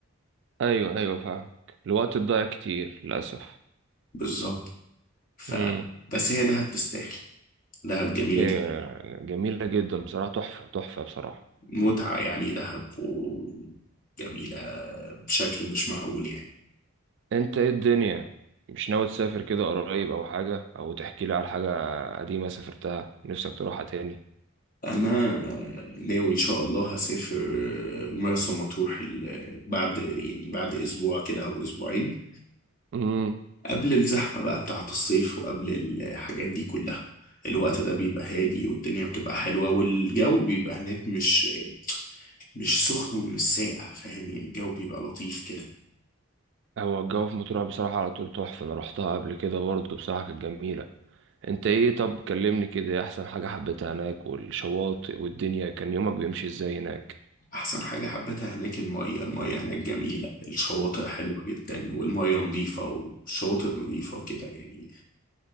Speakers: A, on the right; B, on the left.
A: ايوه ايوه فاهم الوقت الضايع كتير للاسف
B: بالظبط ف
A: امم
B: بس هي دهب تستاهل دهب جميلة
A: إيه
B: جدا
A: جميله جدا بصراحه تحفه تحفه بصراحه
B: متعة يعني دهب وجميلة بشكل مش معقول يعني
A: انت ايه الدنيا مش ناوي تسافر كده قريب او حاجه او تحكي لي على حاجه قديمه سافرتها نفسك تروحها تاني
B: أنا ناوي إن شاء الله هسافر مرسى مطروح ال- بعد يعني بعد أسبوع كده أو أسبوعين
A: امم
B: قبل الزحمة بقى بتاعة الصيف وقبل الحاجات دي كلها الوقت ده بيبقى هادي والدنيا بتبقى حلوة والجو بيبقى هناك مش مش سخن ومش ساقع فاهم يعني الجو بيبقى لطيف كده
A: هو الجو في مطروح بصراحه على طول تحفه انا رحتها قبل كده برضه بصراحه كانت جميله انت ايه طب كلمني كده إيه احسن حاجه حبيتها هناك والشواطئ والدنيا كان يومك بيمشي ازاي هناك
B: احسن حاجة حبيتها هناك المية المية هناك جميلة الشواطئ حلوة جدا والمية نظيفة والشواطئ نظيفة وكده يعني